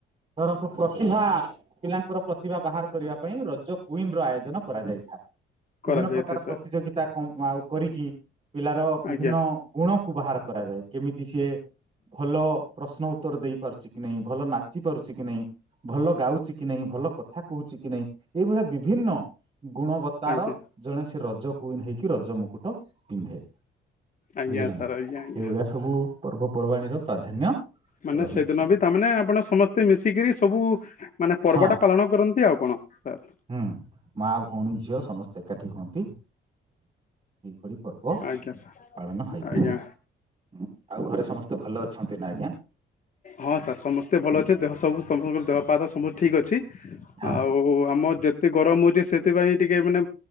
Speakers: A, on the right (about 35°); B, on the left (about 40°).
A: ଧରନ୍ତୁ ପ୍ରତିଭା ପିଲାଙ୍କର ପ୍ରତିଭା ବାହାର କରିବା ପାଇଁ ରଜ କୁଇନ ର ଆୟୋଜନ କରାଯାଇଥାଏ। ବିଭିନ୍ନ
B: କରାଯାଇଥାଏ
A: ପ୍ରକାର
B: ସାର୍
A: ପ୍ରତିଯୋଗିତା ଅମ୍ ଆଉ କରିକି ପିଲାର ବିଭିନ୍ନ
B: ଆଜ୍ଞା
A: ଗୁଣକୁ ବାହାର କରାଯାଏ। କେମିତି ସିଏ ଭଲ ପ୍ରଶ୍ନ ଉତ୍ତର ଦେଇ ପାରୁଚି କି ନାହିଁ, ଭଲ ନାଚି ପାରୁଚି କି ନାହିଁ ଭଲ ଗାଉଚି କି ନାହିଁ ଭଲ କଥା କହୁଚି କି ନାହିଁ ଏଇଭଳିଆ ବିଭିନ୍ନ ଗୁଣବତାର
B: ଆଜ୍ଞା
A: ଜଣେ ସେ ରଜ କୁଇନ ହେଇକି ରଜ ମୁକୁଟ ତ ପିନ୍ଧେ।
B: ଆଜ୍ଞା
A: ବୁଝିଲେ
B: ସାର୍
A: ନା
B: ଆଜ୍ଞା
A: ଏଇଭଳିଆ
B: ଆଜ୍ଞା।
A: ସବୁ ପର୍ବପର୍ବାଣୀର ପ୍ରାଧାନ୍ୟ
B: ମାନେ
A: ରହିଛି
B: ସେଦିନ ବି ତାମାନେ ଆପଣ ସମସ୍ତେ ମିଶିକିରି ସବୁ ମାନେ ପର୍ବଟା
A: ହଁ
B: ପାଳନ କରନ୍ତି ଆଉ କଣ ସାର୍।
A: ହୁଁ ମା ଭଉଣୀ ଝିଅ ସମସ୍ତେ ଏକାଠି ହୁଅନ୍ତି ଏଇଭଳି ପର୍ବ
B: ଆଜ୍ଞା ସାର୍
A: ପାଳନ ହେଇଥାଏ।
B: ଆଜ୍ଞା
A: ହୁଁ ଆଉ ଘରେ ସମସ୍ତେ ଭଲ ଅଛନ୍ତି ନା। ଆଜ୍ଞା
B: ହଁ ସାର୍ ସମସ୍ତେ ଭଲ ଅଛନ୍ତି ଦେହ ସବୁ ସମସ୍ତଙ୍କର ଦେହ ପାଦ ସମୁ ଠିକ୍ ଅଛି
A: ହଁ
B: ଆଉ ଆମ ଯେତେ ଗରମ ହଉଚି ସେଥିପାଇଁ ଟିକେ ମାନେ